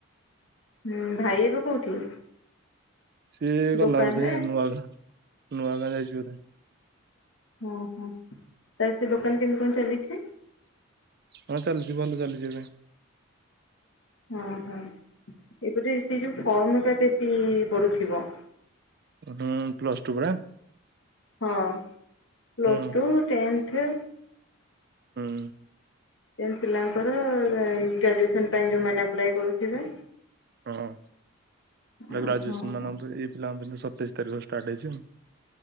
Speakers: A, on the left (about 70°); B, on the right (about 50°).
A: ହୁଁ ଭାଇ ଏବେ କୋଉଠି?
B: ସିଏ
A: ଦୋକାନରେ
B: ଗଲା ବୋଧେ ନୂଆ ଗାଁ, ନୂଆ ଗାଁ ଯାଇଚି ବୋଧେ।
A: ଓ ହୋ ତାର ସେ ଦୋକାନ କେମିତି କଣ ଚାଲିଛି?
B: ହଁ ଚାଲିଚି, ଭଲ ଚାଲିଚି ଏବେ।
A: ହଁ ହୋ ଏପଟେ ସେ ଯୋଉ ଫମ୍ ଟା ବେଶୀ ପଡୁଥିବ।
B: ହୁଁ ପ୍ଲସ ଟୁ ପରା।
A: ହଁ ପ୍ଲସ୍
B: ହୁଁ।
A: Two tenth.
B: ହୁଁ।
A: ଏମ୍ ପିଲାଙ୍କର ଏଇ ଗ୍ରାଜୁଏସନ ପାଇଁ ଯୋଉମାନେ ଆପ୍ଲାଏ କରୁଥିବେ।
B: ହଁ <unintelligible>
A: ହଁ
B: ଗ୍ରାଜୁଏସନ
A: ହଁ।
B: ମାନଙ୍କ ପାଇଁ ଏଇ ପିଲାଙ୍କ <unintelligible> ସତେଇଶ ତାରିଖ ଷ୍ଟାର୍ଟ ହେଇଛି ଆଉ।